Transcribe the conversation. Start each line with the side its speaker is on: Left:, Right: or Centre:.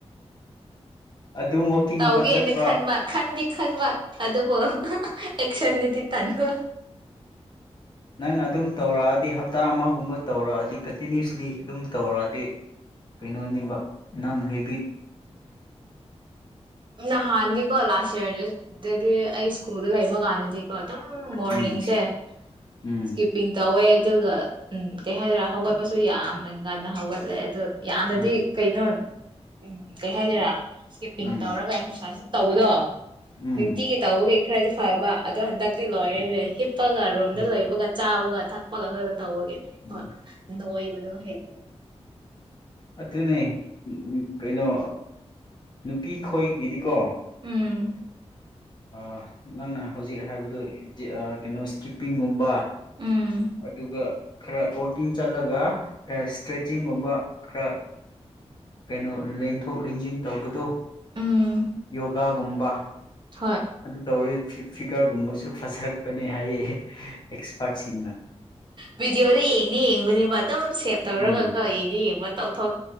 Left: ꯑꯗꯨꯝ ꯋꯥꯛꯀꯤꯡꯒꯨꯝꯕ
Right: ꯇꯧꯒꯦꯅ
Left: ꯆꯠꯄ
Right: ꯈꯟꯕ ꯈꯟꯗꯤ ꯈꯟꯕ ꯑꯗꯨꯕꯨ ꯑꯦꯛꯁꯟꯗꯨꯗꯤ ꯇꯟꯕ
Left: ꯅꯪ ꯑꯗꯨꯝ ꯇꯧꯔꯛꯑꯗꯤ ꯍꯞꯇꯥ ꯑꯃꯒꯨꯝꯕ ꯇꯧꯔꯛꯑꯗꯤ ꯀꯟꯇꯤꯅ꯭ꯌꯨꯁꯂꯤ ꯑꯗꯨꯝ ꯇꯧꯔꯛꯑꯗꯤ ꯗꯤ ꯀꯩꯅꯣꯅꯤꯕ ꯅꯪ ꯍꯥꯏꯩꯕꯤ
Right: ꯅꯍꯗꯤ ꯀꯂꯁ ꯍꯥꯏ ꯏꯗꯗꯤ ꯑꯩ ꯁꯀꯨꯜ ꯀꯩꯃ ꯀꯥꯟꯅꯗꯤ ꯑꯐꯇꯔꯅꯨꯟ ꯃꯣꯔꯅꯤꯡꯁꯦ
Left: ꯎꯝ ꯎꯝ
Right: ꯏꯁꯀꯤꯞꯄꯤꯡ ꯇꯧꯋꯦ꯫ ꯑꯗꯨꯒ꯫ ꯎꯝ ꯀꯩꯍꯥꯏꯗꯣꯏꯔꯥ ꯍꯧꯒꯠꯄꯁꯨ ꯌꯥꯝꯅ ꯉꯟꯅ ꯍꯧꯒꯠꯂꯦ ꯑꯗꯨ ꯌꯥꯝꯅꯗꯤ
Left: ꯎꯝ
Right: ꯀꯩꯅꯣ ꯎꯝ ꯀꯩ ꯍꯥꯏꯗꯣꯏꯔꯥ꯫ ꯏꯁꯀꯤꯞꯄꯤꯡ
Left: ꯎꯝ ꯎꯝ
Right: ꯇꯧꯔꯒ ꯑꯦꯛꯁꯔꯁꯥꯏꯁ ꯑꯗꯨꯝ ꯇꯧꯕꯗꯣ
Left: ꯎꯝ
Right: ꯅꯨꯡꯇꯤꯒꯤ ꯇꯧꯕꯒꯤ꯫ ꯈꯔꯗꯤ ꯐꯕ ꯑꯗꯣ ꯍꯟꯗꯛ꯫ ꯍꯧꯖꯤꯛꯇꯤ ꯂꯣꯏꯔꯦꯅꯦ
Left: ꯎꯝ
Right: ꯍꯤꯞꯄꯒ ꯔꯣꯝꯗ
Left: ꯎꯝ
Right: ꯂꯩꯕꯒ ꯆꯥꯕꯒ ꯊꯛꯄꯒ ꯈꯛꯇ ꯇꯧꯕꯒꯤ ꯅꯣꯏ
Left: ꯎꯝ
Right: ꯅꯣꯏꯕꯗꯣ ꯍꯩꯒꯠ꯫
Left: ꯑꯗꯨꯅꯦ ꯀꯩꯅꯣ ꯅꯨꯄꯤ ꯈꯣꯏꯒꯤꯗꯤꯀꯣ꯫
Right: ꯎꯝ꯫
Left: ꯑ ꯅꯪꯅ ꯍꯧꯖꯤꯛ ꯍꯥꯏꯕꯗꯨ ꯀꯩꯅꯣ ꯏꯁꯀꯤꯞꯄꯤꯡꯒꯨꯝꯕ꯫
Right: ꯎꯝ
Left: ꯑꯗꯨꯒ꯫ ꯈꯔ ꯋꯀꯤꯡ ꯆꯠꯂꯒ ꯈꯔ ꯏꯁꯇ꯭ꯔꯦꯠꯆꯤꯡꯒꯨꯝꯕ ꯈꯔ ꯀꯩꯅꯣ ꯂꯦꯡꯊꯣꯛ ꯂꯦꯡꯁꯤꯟ ꯇꯧꯕꯗꯣ꯫
Right: ꯎꯝ
Left: ꯌꯣꯒꯥꯒꯨꯝꯕ꯫
Right: ꯍꯣꯏ
Left: ꯑꯗꯨ ꯇꯧꯋꯦ ꯫ ꯐꯤꯒꯔꯒꯨꯝꯕꯁꯨ ꯐꯖꯔꯛꯄꯅꯦ꯫ ꯍꯥꯏꯌꯦ ꯑꯦꯛꯁꯄꯥꯔꯠꯁꯤꯡꯅ
Right: ꯕꯤꯗꯤꯑꯣꯗ ꯌꯦꯅꯤ-ꯌꯦꯡꯕꯅꯦꯕ꯫ ꯑꯗꯨꯝ ꯁꯦꯞ ꯇꯧꯔꯒꯀꯣ
Left: ꯎꯝ
Right: ꯌꯦꯡꯗꯤ-ꯌꯦꯡꯕ꯫ ꯇꯧꯊꯣꯛ